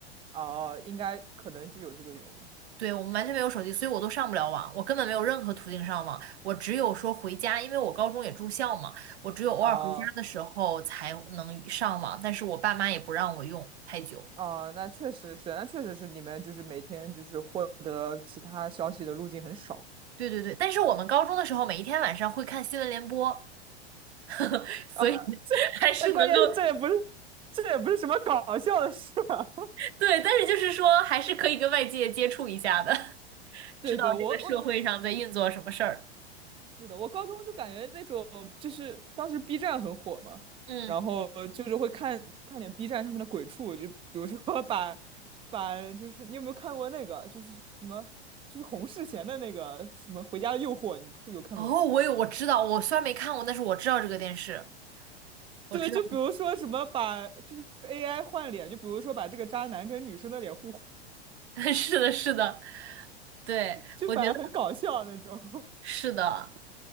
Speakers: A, on the right; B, on the right.
A: 哦、呃应该可能是有这个原因。
B: 对，我们完全没有手机，所以我都上不了网，我根本没有任何途径上网，我只有说回家，因为我高中也住校嘛，我只有偶尔回家的时候才能上网，
A: 哦、
B: 但是我爸妈也不让我用太久。
A: 哦、那确实是，那确实是你们就是每天就是获得其他消息的路径很少
B: 对对对，但是我们高中的时候，每一天晚上会看新闻联播，<laughs> 所以
A: 啊。
B: 还是能够，
A: 但关键是这也不是，这也不是什么搞笑的事吧？<laughs>
B: 对，但是就是说还是可以跟外界接触一下的，<laughs>
A: 对对，
B: 知道这个社会上在运作什么事儿。
A: 我我我是的，我高中就感觉那种就是当时 B 站很火嘛，
B: 嗯，
A: 然后就是会看看点 B 站上面的鬼畜，就比如说 <laughs> 把把就是你有没有看过那个就是什么就是洪世贤的那个什么《回家的诱惑》，你有看过吗？
B: 哦，我有，我知道，我虽然没看过，但是我知道这个电视，我知道，
A: 对，就比如说什么把就是 AI 换脸，就比如说把这个渣男跟女生的脸互换，
B: <laughs> 是的，是的，对，
A: 就反正很搞笑那种。
B: 我觉得是的。